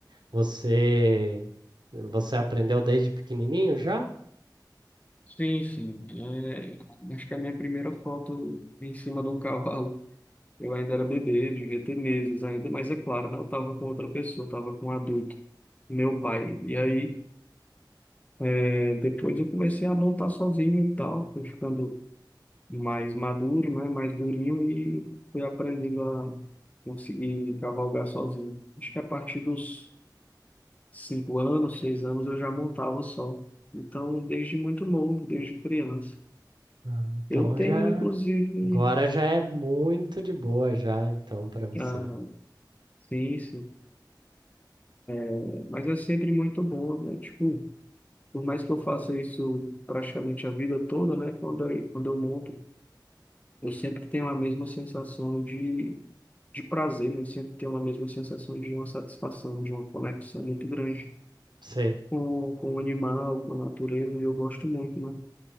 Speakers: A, on the right; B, on the left.
A: Você, você aprendeu desde pequenininho já?
B: Sim, sim. É, acho que a minha primeira foto em cima de um cavalo. Eu ainda era bebê, devia ter meses ainda, mas é claro, né? Eu estava com outra pessoa, estava com um adulto, meu pai. E aí, é, depois eu comecei a montar sozinho e tal, fui ficando mais maduro, né? Mais durinho e fui aprendendo a conseguir cavalgar sozinho. Acho que a partir dos cinco anos, seis anos eu já montava só. Então, desde muito novo, desde criança.
A: Ah, então
B: Eu tenho,
A: já,
B: inclusive,
A: agora já é muito de boa já, então para você.
B: ah, sim, sim, é, mas é sempre muito bom, né? Tipo, por mais que eu faça isso praticamente a vida toda, né? Quando eu, quando eu monto, eu sempre tenho a mesma sensação de de prazer, né? Sempre ter uma mesma sensação de uma satisfação, de uma conexão muito grande
A: Sei.
B: com, com o animal, com a natureza, e eu gosto muito, né?